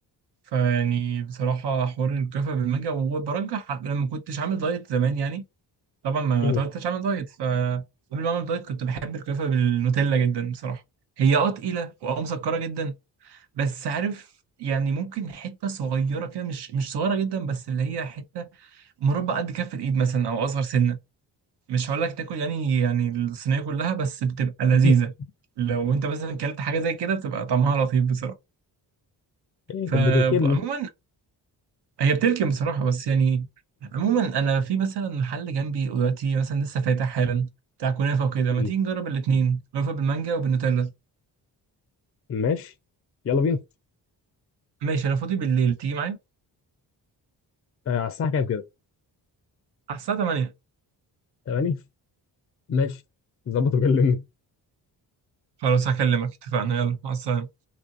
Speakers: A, on the right; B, on the left.
A: فيعني بصراحة حوار الكفة بالمانجا وبرجح لما كنتش عامل دايت زمان يعني طبعا ما
B: مم.
A: ما كنتش عامل دايت فقبل ما أعمل دايت كنت بحب الكفة بالنوتيلا جدا بصراحة هي اه تقيلة واه مسكرة جدا بس عارف يعني ممكن حتة صغيرة كده مش مش صغيرة جدا بس اللي هي حتة مربع قد كف الإيد مثلا أو أصغر سنة مش هقول لك تاكل يعني يعني الصينية كلها بس بتبقى لذيذة
B: <laughs>
A: لو أنت مثلا كلت حاجة زي كده بتبقى طعمها لطيف بصراحة
B: إيه،
A: فعموما
B: كانت بتركبني
A: هي بتركن بصراحة بس يعني عموما أنا في مثلا محل جنبي دلوقتي مثلا لسه فاتح حالا بتاع كنافة وكده
B: مم.
A: ما تيجي نجرب الاتنين كنافة بالمانجا وبالنوتيلا
B: ماشي يلا بينا
A: ماشي أنا فاضي بالليل تيجي معايا
B: آه على الساعه كام كده
A: على الساعة 8
B: 8 ماشي ظبط وكلمني
A: خلاص هكلمك اتفقنا يلا مع السلامة